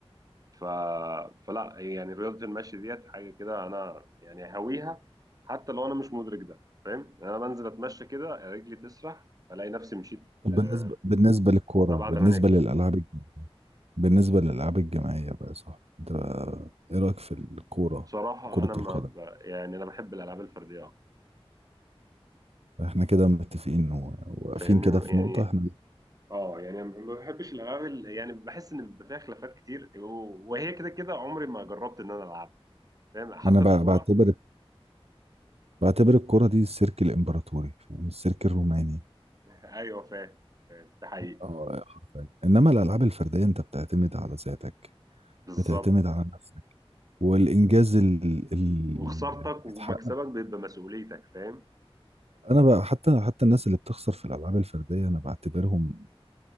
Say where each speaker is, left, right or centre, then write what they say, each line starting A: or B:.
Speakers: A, on the right (about 35°); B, on the right (about 80°).
A: ف... فلا يعني رياضة المشي ديت حاجة كده أنا يعني هاويها حتى لو أنا مش مدرك ده فاهم يعني أنا بنزل أتمشى كده رجلي تسرح ألاقي نفسي مشيت
B: طب
A: آه،
B: بالنسبة بالنسبة للكورة
A: 7
B: بالنسبة
A: 8 كيلو
B: للألعاب الج- بالنسبة للألعاب الجماعية بقى صح انت ايه رأيك في الكورة
A: بصراحة
B: كرة
A: أنا ما
B: القدم
A: ب... يعني أنا بحب الألعاب الفردية أكتر
B: احنا كده متفقين و- واقفين
A: فاهمني
B: كده في
A: يعني
B: نقطة احنا
A: اه يعني ما بحبش الالعاب اللي- يعني بحس ان بيبقى فيها خلافات كتير و- وهي كده كده عمري ما جربت ان انا العبها فاهم حتى
B: انا بع-
A: الكوره
B: بعتبر بعتبر الكرة دي السيرك الامبراطوري فاهم السيرك الروماني
A: <laughs> ايوه فاهم فاهم ده حقيقي
B: اه حرفياً. انما الالعاب الفردية انت بتعتمد على ذاتك
A: بالظبط
B: بتعتمد على نفسك والانجاز ال- ال- اللي
A: وخسارتك ومكسبك
B: بيتحقق
A: بيبقى مسؤوليتك فاهم
B: انا بقى حتى حتى الناس اللي بتخسر في الالعاب الفردية انا بعتبرهم